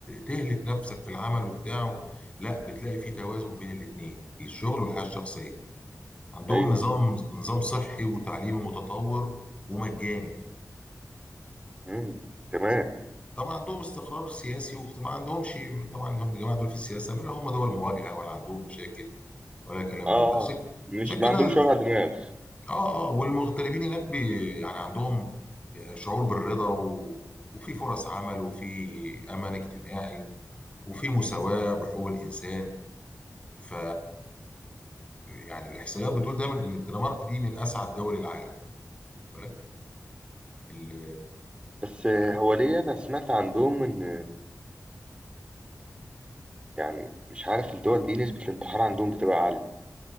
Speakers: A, on the left (about 20°); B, on the right (about 15°).
A: تهلك نفسك في العمل وبتاعه لا بتلاقي في
B: مم.
A: توازن بين الاتنين الشغل والحياة الشخصية عندهم
B: ايوه
A: نظام
B: أيوه.
A: نظام صحي وتعليمي متطور ومجاني
B: مم. تمام
A: طبعا عندهم استقرار سياسي وما عندهمش طبعا هم الجماعه دول في السياسه لا هم دول مواجهه ولا عندهم مشاكل ولا كلام
B: اه
A: من ده عشان اه كده
B: مش
A: عشان كده
B: ما عندهمش
A: ال-
B: وجع دماغ
A: اه اه والمغتربين هناك بي يعني عندهم آه، شعور بالرضا و... وفي فرص عمل وفي امان اجتماعي و... وفي مساواه بحقوق الانسان ف يعني الاحصائيات بتقول دايما ان الدنمارك دي من اسعد دول العالم بالك ال...
B: بس هو
A: يعني
B: ليه انا سمعت عندهم ان يعني مش عارف الدول دي نسبة الانتحار عندهم بتبقى عالية